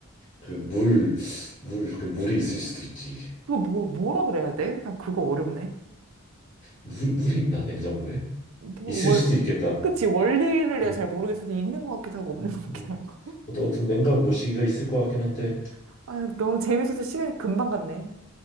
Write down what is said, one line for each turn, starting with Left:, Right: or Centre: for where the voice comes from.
Left: 그 물, 물, 그 물이 있을 수도 있지.
Right: 그거 뭐, 뭐라 그래야 돼? 난 그거 어렵네.
Left: 물, 물이 있나 냉장고에?
Right: 뭐,
Left: 있을
Right: 월,
Left: 수도 있겠다.
Right: 그치, 원리를 내가
Left: 응.
Right: 잘 모르겠어서 있는 것 같기도 하고 없는
Left: 음,
Right: 것 같기도
Left: 뭐,
Right: 하고.
Left: 어떤 어떤 냉각 모시기가 있을 것 같긴 한데.
Right: <laughs> 아, 너무 재밌어서 시간이 금방 갔네.